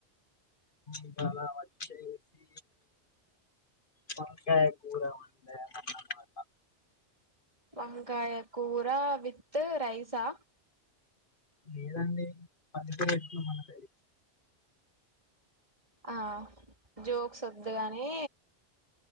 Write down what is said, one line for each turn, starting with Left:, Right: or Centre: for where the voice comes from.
Left: ఇవాళ వచేసి వంకాయ కూర వన్డామ్ అనమాట
Right: వంకాయ కూర విత్ రైసా
Left: లేదండి పదితులు పెట్న్నాం మనక
Right: ఆ జోక్స్ వదు కాని